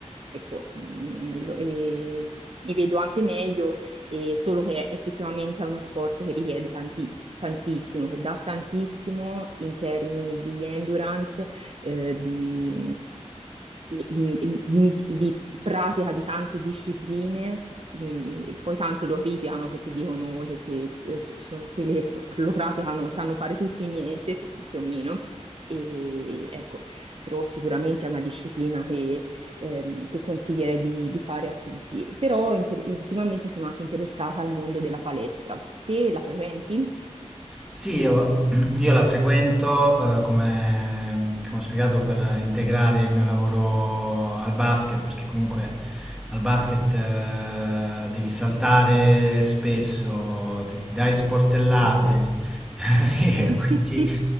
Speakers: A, on the right (about 55°); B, in the centre.
A: Ecco, mm, lo- e mi vedo anche meglio, e solo che effettivamente è uno sport che richiede tanti- tantissimo, che dà tantissimo in termini di endurance, eh, di mm, di- mm, di- di pratica di tante discipline mh, e poi tanti lo criticano perché dicono che, che que- so- sono quelli che fa- lo praticano, sanno fare tutto e niente, più, più o meno. E ecco, però sicuramente è una disciplina che, ehm, che consiglierei di, di fare a tutti. Però inter- ultimamente sono anche interessata al mondo della palestra. Te la frequenti?
B: Sì, io, <clears throat> io la frequento, eh, come, come ho spiegato, per integrare il mio lavoro al basket, perché comunque al basket, eh, devi saltare spesso, ti, ti dai sportellate,
A: Ok.
B: <laughs> sì, e
A: Mm.
B: quindi,
A: <laughs>